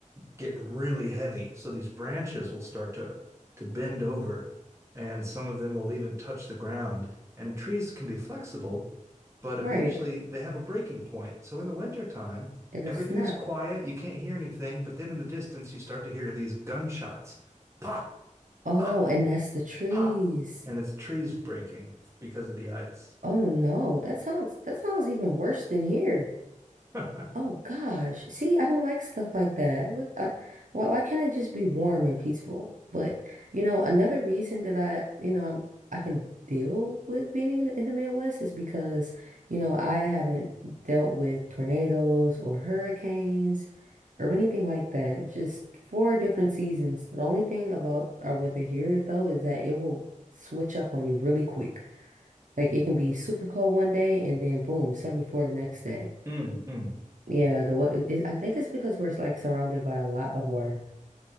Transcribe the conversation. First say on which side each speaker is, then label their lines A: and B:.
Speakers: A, on the right; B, on the right.
A: get really heavy. So these branches will start to to bend over and some of them will even touch the ground. And trees can be flexible, but eventually
B: Right.
A: they have a breaking point. So in the wintertime,
B: It'll
A: everything
B: snap.
A: is quiet, you can't hear anything, but then in the distance you start to hear these gunshots. Pop,
B: Oh,
A: pop,
B: and that's the trees.
A: pop. And it's trees breaking because of the ice.
B: Oh no, that sounds that sounds even worse than here.
A: <laughs>
B: Oh gosh. See, I don't like stuff like that. Look, I, why why can't it just be warm and peaceful? But you know, another reason that I, you know, I'm I can deal with being in the, in the Midwest is because, you know, I haven't dealt with tornadoes or hurricanes or anything like that. Just four different seasons. The only thing about our weather here though is that it will switch up on you really quick. Like it can be super cold one day and then boom, 74 the next day.
A: Mm, mm.
B: Yeah, the what I think it's because we're like surrounded by a lot of water.